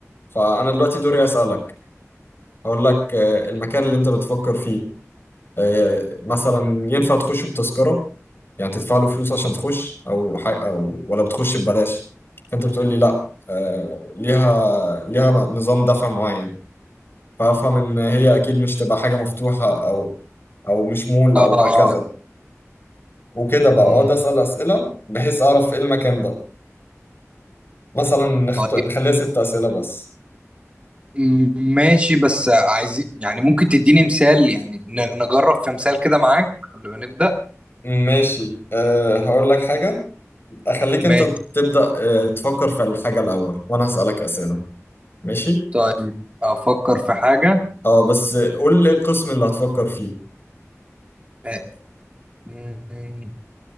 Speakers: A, on the left; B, on the right.
A: فانا دلوقتي دوري اسالك هقول لك آه، المكان اللي انت بتفكر فيه آه، مثلا ينفع تخشه بتذكره يعني تدفع له فلوس عشان تخش او حاجة او ولا بتخش ببلاش فانت بتقول لي لا آه ليها ليها نظام دفع معين فافهم ان هي اكيد مش تبقى حاجه مفتوحه او او مش مول او
B: آه آه
A: هكذا وكده بقى
B: مم.
A: اقعد اسال اسئله بحيث اعرف ايه المكان ده مثلا نخط...
B: طيب
A: نخليها ست اسئله بس
B: مم، ماشي بس عايزين يعني ممكن تديني مثال يعني ن- نجرب في مثال كده معاك قبل ما نبدأ
A: ماشي أه هقول لك حاجه اخليك انت
B: ماشي
A: تبدا أه تفكر في الحاجه الاول وانا هسالك اسئله ماشي
B: طيب أفكر في حاجة
A: اه بس قول لي القسم اللي هتفكر فيه
B: آه، مم.